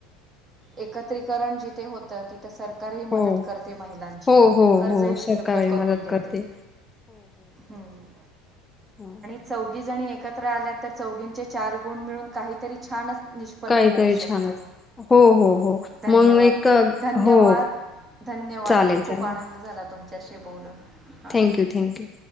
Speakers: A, on the right (about 25°); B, on the left (about 20°).
A: एकत्रीकरण जिथे होतं तिथे सरकारही
B: हो
A: मदत करते महिलांची.
B: हो हो
A: कर्जही
B: हो
A: उपलब्ध
B: सरकारही
A: करून
B: मदत
A: देते.
B: करते.
A: हम्म.
B: हम.
A: चौघी जणी एकत्र आल्यात तर चौघींचे चार गुण मिळून काहीतरी छानच उत्पन्न
B: काहीतरी
A: होऊ शकत.
B: छानच हो हो हो
A: धन्यवाद!
B: मग एक
A: धन्यवाद!
B: हो
A: धन्यवाद!
B: चालेल
A: खूप
B: चालेल
A: आनंद झाला तुमच्याशी बोलून. हा.
B: Thank you thank you.